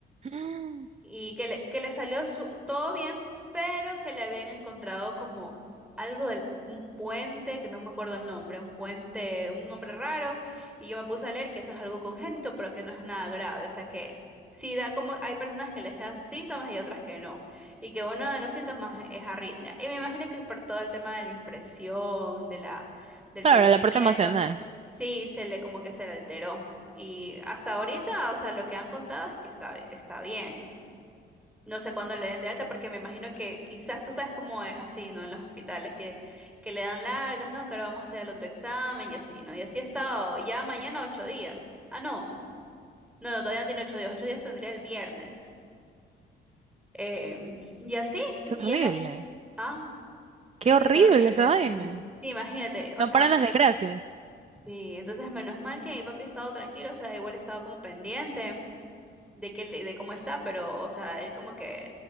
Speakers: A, on the right; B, in the centre.
A: Mm.
B: y que le, que le salió su- todo bien, pero que le habían encontrado como algo del un puente, que no me acuerdo el nombre, un puente, un nombre raro, y yo me puse a leer que eso es algo congénito, pero que no es nada grave, o sea que sí da como, hay personas que les dan síntomas y otras que no, y que uno de los síntomas es arritmia, y me imagino que por todo el tema de la impresión, de la, del
A: Claro,
B: fallecimiento.
A: la parte emocional.
B: Sí, se le como que se le alteró. Y hasta ahorita, o sea, lo que han contado es que está, está bien. No sé cuándo le den de alta, porque me imagino que quizás tú sabes cómo es así, ¿no? En los hospitales, que, que le dan largas, ¿no? Que ahora vamos a hacer el otro examen y así, ¿no? Y así ha estado ya mañana ocho días. Ah, no, no, no, todavía no tiene ocho días, ocho días tendría el viernes. Em, y así,
A: Qué
B: y
A: horrible.
B: él, ah,
A: Qué
B: sí,
A: horrible
B: qué horrible,
A: esa vaina.
B: sí. Sí, imagínate, o
A: No
B: sea,
A: paran las desgracias.
B: sí, entonces menos mal que mi papi ha estado tranquilo, o sea, igual ha estado como pendiente. de que le- de cómo está, pero, o sea, él como que